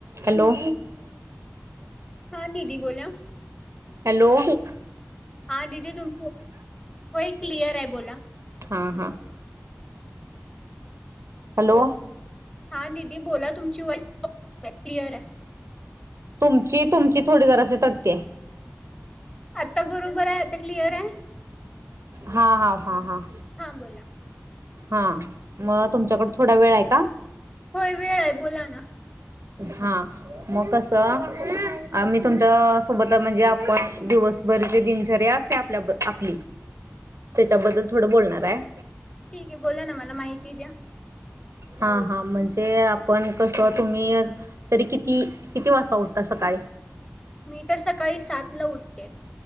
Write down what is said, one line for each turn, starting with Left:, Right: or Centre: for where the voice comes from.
Right: हॅलो
Left: हा दिदी बोला
Right: हॅलो हेक
Left: हा दिदी तुमच होय क्लिअर आहे बोला
Right: हा हा हॅलो
Left: हा दिदी बोला तुमची वॉइस क्लिअर आहे
Right: तुमची तुमची थोडी जराशी तटतेय
Left: आत्ता बरोबर आहे आता क्लिअर आहे
Right: हा हा हा हा
Left: हा बोला
Right: हा मग तुमच्याकड थोडा वेळ आहे का
Left: होय वेळ आहे बोला ना
Right: हा मग कसं आम्ही तुमच्या सोबत म्हणजे आपण दिवसभरचे दिनचर्या असते आपल्या आपली त्याच्याबद्दल थोड बोलणार आहे
Left: ठीक आहे बोला ना मला माहिती द्या
Right: हा हा म्हणजे आपण कसं तुम्ही तरी किती किती वाजता उठता सकाळी
Left: मी तर सकाळी सात ला उठते